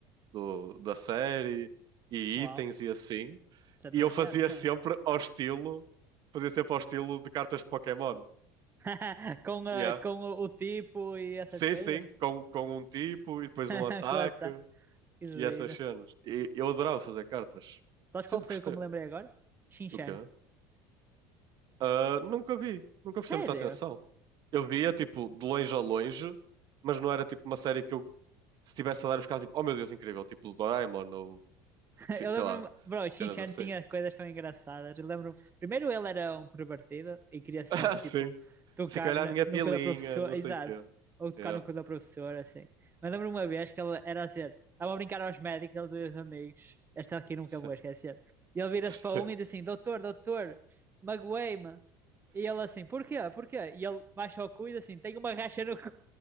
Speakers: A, on the right; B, on the right.
A: do- da série e
B: Uau,
A: itens e assim.
B: isso é demasiado
A: E eu fazia
B: já.
A: sempre ao estilo, fazia sempre ao estilo de cartas de Pokémon.
B: <laughs> Com, ah,
A: Yeah.
B: com o, o tipo e essas
A: Sim,
B: coisas?
A: sim, com, com um tipo e depois
B: <laughs>
A: um ataque
B: Quanta, que giro.
A: e essas cenas. E eu adorava fazer cartas.
B: Sabes
A: Sempre
B: qual foi
A: gostei.
B: o que eu me lembrei agora? Shinchan.
A: O quê? Ah, nunca vi, nunca
B: Sério?
A: prestei muita atenção. Eu via, tipo, de longe a longe, mas não era, tipo, uma série que eu, se estivesse a dar, eu ficava tipo, oh meu Deus, incrível, tipo, Doraemon ou,
B: <laughs>
A: fi-
B: Eu
A: sei
B: lembro-me,
A: lá,
B: bro, o Shin
A: cenas
B: Chan
A: assim.
B: tinha
A: <laughs>
B: coisas tão engraçadas. Eu lembro, primeiro ele era um pervertido e queria sempre
A: Ah,
B: tipo
A: sim. Não
B: tocar
A: sei que olha
B: no,
A: a minha
B: no
A: pilinha,
B: cu da professora,
A: não sei
B: exato,
A: o quê.
B: ou tocar
A: Yeah,
B: no cu da professora, assim. Mas lembro uma vez que ele era a dizer, estava a brincar aos médicos, ele dois amigos, esta aqui nunca
A: sim,
B: vou esquecer. E ele vira-se
A: <laughs> sim.
B: para um e diz assim: Doutor, doutor, magoei-me. E ele assim: Porquê? Porquê? E ele baixa o cu e diz assim: Tenho uma racha no cu.